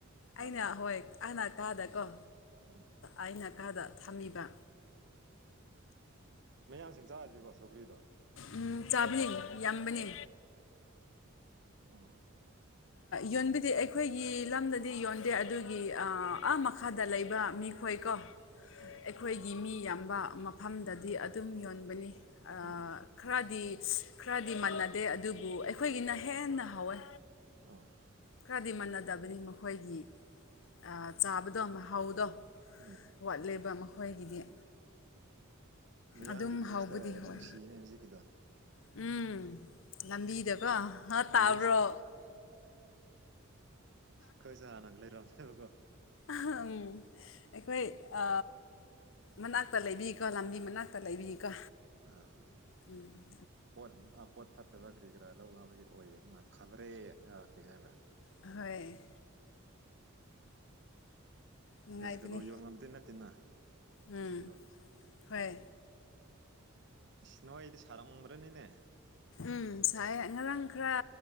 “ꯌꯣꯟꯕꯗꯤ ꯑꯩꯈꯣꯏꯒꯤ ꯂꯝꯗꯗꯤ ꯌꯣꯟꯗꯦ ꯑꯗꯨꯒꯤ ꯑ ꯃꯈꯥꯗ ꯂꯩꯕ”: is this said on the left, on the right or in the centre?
Left